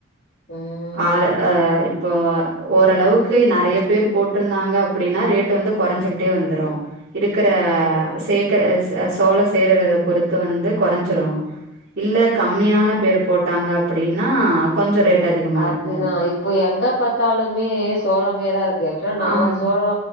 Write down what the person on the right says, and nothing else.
ஆல ஆ இ இப்போ ஓரளவுக்கு நறைய பேரு போட்டிருந்தாங்க அப்படின்னா ரேட்டு் வந்து கொறஞ்சுகிட்டே வந்துரு இருக்கிற
சேக்கர ச சோளோ சேருரத பொறுத்து வந்து கொறஞ்சிரு இல்ல கம்மியான பேரு போட்டாங்க அப்படின்னா கொஞ்சோ ரேட் அதிகமா
இருக்கும்.
ஆம்.